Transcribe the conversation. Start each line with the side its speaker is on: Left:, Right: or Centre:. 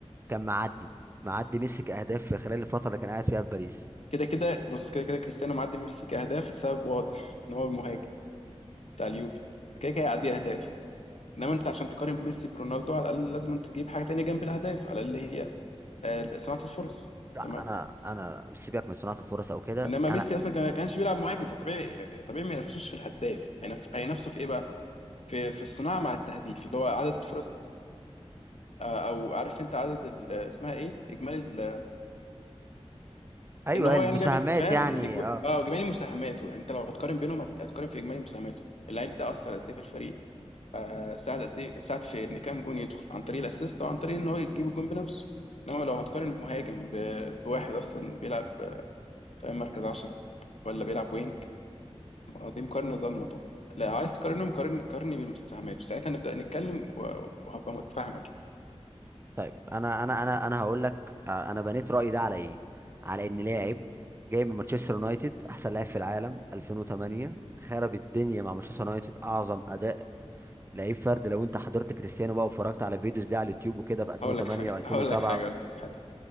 Right: كان معدي معدي ميسي كاهداف في خلال الفتره اللي كان قاعد فيها في باريس
Left: كده كده بص كده كده كريستيانو معدي ميسي كاهداف لسبب واضح ان هو المهاجم بتاع اليوفي فكده كده يعدي اهداف انما انت عشان تقارن ميسي برونالدو على الاقل لازم انت تجيب حاجه تانية جنب الاهداف على الاقل هي آه، صناعه الفرص
Right: لا
Left: تمام
Right: انا انا مش سيبك من صناعه الفرص او كده
Left: انما
Right: انا
Left: ميسي اصلا كان- ما كانش بيلعب مهاجم فطبيعي طبيعي ما ينافسوش في الهداف هينف- هينافسوا في ايه بقى في في الصناعه مع التهديف اللي هو عدد الفرص آه، او عارف انت عدد ال- اسمها ايه اجمالي ال-
Right: ايوه
Left: ان هو
Right: المساهمات
Left: يعني جاب فاهم
Right: يعني
Left: الاجو-
Right: اه
Left: اه اجمالي مساهماته يعني انت لو هتقارن بينهم هت- هتقارن في اجمالي مساهماته اللعيب ده اثر قد ايه في الفريق آه ساعد قد ايه ساعد في ان كام جون يدخل عن طريق الاسيست او عن طريق ان هو يجيب الجون بنفسه انما لو هتقارن مهاجم ب- بواحد اصلا بيلعب آه، في مركز 10 ولا بيلعب وينج ما هو دي مقارنه ظالمه طبعا لا عايز تقارنهم قارني قارني بالمساهمات ساعتها نبدا نتكلم و- وهبقى متفاهمك يعني.
Right: طيب انا انا انا انا هقول لك آه، انا بنيت رايي ده على ايه على ان لاعب جاي من مانشستر يونايتد احسن لاعب في العالم 2008 خرب الدنيا مع مانشستر يونايتد اعظم اداء لعيب فرد لو انت حضرت كريستيانو بقى واتفرجت على فيديوز ليه على اليوتيوب وكده في 2008
Left: هقول لك حاجه
Right: و2007
Left: هقول لك حاجه هقول لك